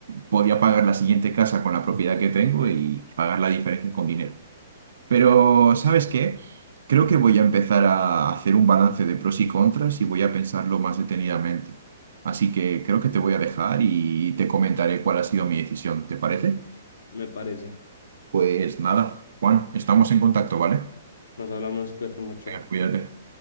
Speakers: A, on the right; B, on the left.
A: podría pagar la siguiente casa con la propiedad que tengo y pagar la diferencia con dinero. Pero, ¿sabes qué? Creo que voy a empezar a hacer un balance de pros y contras y voy a pensarlo más detenidamente. Así que creo que te voy a dejar y te comentaré cuál ha sido mi decisión. ¿Te parece?
B: me parece.
A: Pues nada, Juan, estamos en contacto, ¿vale?
B: Nos hablamos, cuídate mucho.
A: Cuídate.